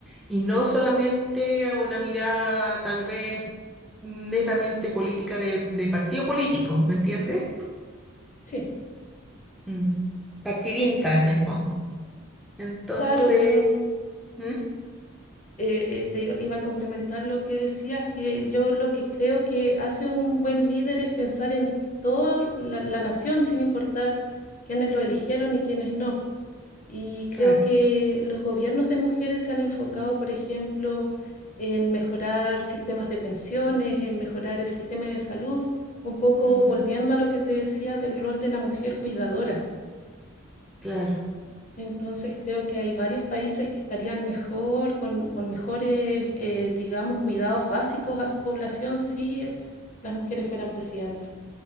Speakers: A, in the centre; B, on the left.
A: y no solamente a una mirada tal vez netamente política de, de partido político, ¿me entiendes?
B: Sí.
A: Mm. Partidista
B: Sí, entiendo.
A: en el fondo. Entonces,
B: Claro, yo
A: ¿Mm?
B: eh, eh, te iba, iba a complementar lo que decías, que yo lo que creo que hace un buen líder es pensar en toda la, la nación, sin importar quiénes lo eligieron y quiénes no. Y
A: Claro.
B: creo que los gobiernos de mujeres se han enfocado, por ejemplo, en mejorar sistemas de pensiones, en mejorar el sistema de salud, un poco
A: Mm,
B: volviendo a lo que te decía del rol de la mujer cuidadora.
A: claro.
B: Entonces creo que hay varios países que estarían mejor, con, con mejores, eh, digamos, cuidados básicos a su población si eh, las mujeres fueran presidentas.